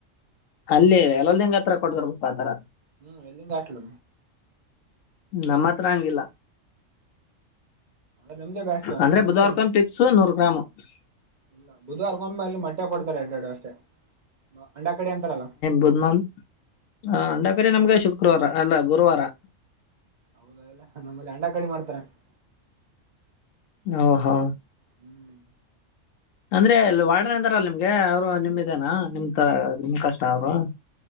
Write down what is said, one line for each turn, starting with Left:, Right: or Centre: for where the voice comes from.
Left: ಅಲ್ಲೇ ಎಲ್ಲಲ್ ಹೆಂಗ ಹತ್ರ ಕೊಡದರ್ ಆ ತರ
Right: ಹ್ಮ್ ಎಲ್ಲಿಂಗಗೆ ಆಷ್ಟಲ
Left: ನಮ್ಮ ಹತ್ರ ಹಂಗಿಲ್ಲ
Right: ಅಂದ್ರೆ ನಿಮ್ದೇ ಬೆಸ್ಟ್
Left: ಅಂದ್ರೆ
Right: ನಿಮ್ದೇ
Left: ಬುಧವಾರ್ಕ
Right: ಇನ್ನು
Left: ಪಿಕ್ಸು ನೂರ್ ಗ್ರಾಮ್ <unintelligible>
Right: ಇಲ್ಲ ಬುಧವಾರಗೊಮ್ಮ ಅಲ್ಲಿ ಮಟ್ಟೆ ಕೊಡ್ತಾರೆ ಎರಡೆರಡು ಅಷ್ಟೇ ಅಂಡ ಕಡೆ ಅಂತಾರಲ್ಲ <unintelligible>
Left: ಬದ್ನಾನ್ ಹ ಅಂಡಕರಿ ನಮ್ಗೆ ಶುಕ್ರವಾರ ಅಲ್ಲ ಗುರುವಾರ <unintelligible>
Right: ಹೌದಲ್ಲ ನಮ್ಮ ಅಂಡಾ ಕಡಿ ಮಾಡ್ತಾರೆ <unintelligible>
Left: ಹ ಹಾ <unintelligible>
Right: ಹ್ಮ್ <unintelligible>
Left: ಅಂದ್ರೆ ಇಲ್ಲಿ ವಾಡನೆ ಅಂತಾರ ನಿಮ್ಗೆ ಅವ್ರು ನಿಮ ಇದೇನ ನಿಮ ತರ ನಿಮ್ ಕಷ್ಟ ಅವ್ರು <unintelligible>